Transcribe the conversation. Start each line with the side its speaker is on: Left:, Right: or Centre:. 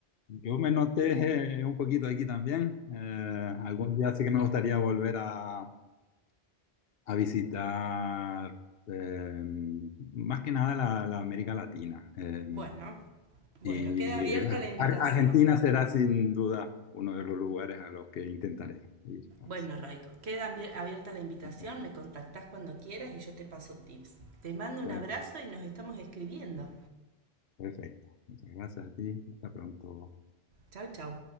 Left: yo me noté <laughs> eh, un poquito aquí también. Eh, algún día sí que me gustaría volver a, a visitar eh, más que nada la, la América Latina. Eh,
Right: Bueno, bueno,
Left: y
Right: queda abierta
Left: eh,
Right: la invitación.
Left: Ar- Argentina será sin duda uno de los lugares a los que intentaré ir a
Right: Bueno,
Left: visitar.
Right: Raiko, queda abie- abierta la invitación,
Left: Bueno,
Right: me contactás cuando quieras y yo te paso tips. Te mando un
Left: Per-
Right: abrazo y nos estamos escribiendo.
Left: Perfecto. Muchas gracias a ti. Hasta pronto.
Right: Chau, chau.